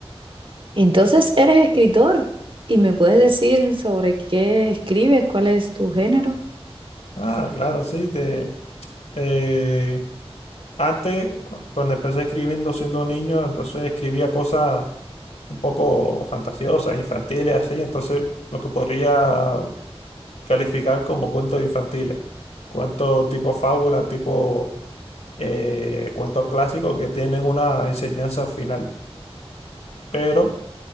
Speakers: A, on the right; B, on the left.
A: Entonces eres escritor y me puedes decir sobre qué escribes, cuál es tu género.
B: Ah, claro, sí, de, eh, Antes, cu- cuando empecé escribiendo siendo un niño, entonces escribía cosas un poco fantasiosas, infantiles, así. Entonces, lo que podría calificar como cuentos infantiles. Cuentos tipo fábula, tipo eh, cuentos clásicos que tienen una enseñanza final. Pero